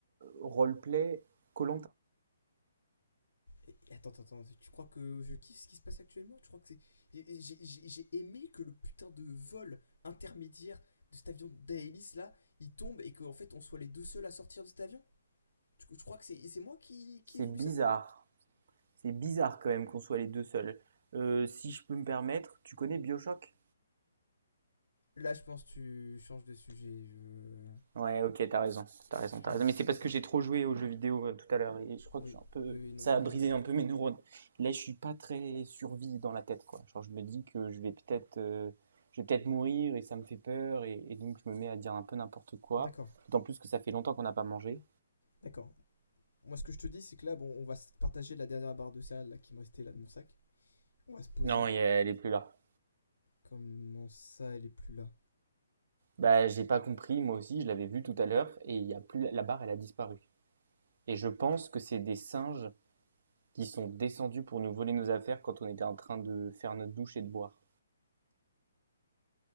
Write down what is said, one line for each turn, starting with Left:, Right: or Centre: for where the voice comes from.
Right: roleplay koh
Left: et Attends, attends, tu crois que je kiffe ce qui se passe actuellement Tu crois que c'est. J'ai j'ai- j'ai- aimé que le putain de vol intermédiaire de cet avion d'Aelis là, il tombe et qu'en fait on soit les deux seuls à sortir de cet avion Tu, tu crois que c'est c'est moi qui, qui
Right: C'est
Left: ai voulu
Right: bizarre.
Left: ça
Right: C'est bizarre quand même qu'on soit les deux seuls. Euh, si je peux me permettre, tu connais BioShock?
Left: Là, je pense que tu changes de sujet. je-
Right: Ouais, ok, t'as raison, t'as raison,
Left: Tu
Right: t'as
Left: changes.
Right: raison. Mais c'est parce que j'ai trop joué aux jeux vidéo euh, tout à l'heure et je crois
Left: Oui,
Right: que je suis un peu,
Left: oui, oui, donc
Right: ça
Left: non.
Right: a brisé un peu mes neurones. Là, je suis pas très survie dans la tête, quoi. Genre, je me dis que je vais peut-être, euh, je vais peut-être mourir et ça me fait peur et, et donc je me mets à dire un peu n'importe quoi.
Left: D'accord,
Right: D'autant plus que ça fait longtemps qu'on n'a pas mangé.
Left: d'accord. Moi, ce que je te dis, c'est que là, bon, on va partager la dernière barre de céréales là, qui me restait là de mon sac. On va se poser.
Right: Non, y a- elle est plus là.
Left: Comment ça, elle est plus là
Right: Bah, j'ai pas compris, moi aussi, je l'avais vu tout à l'heure et il y a plus la barre, elle a disparu. Et je pense que c'est des singes qui sont descendus pour nous voler nos affaires quand on était en train de faire notre douche et de boire.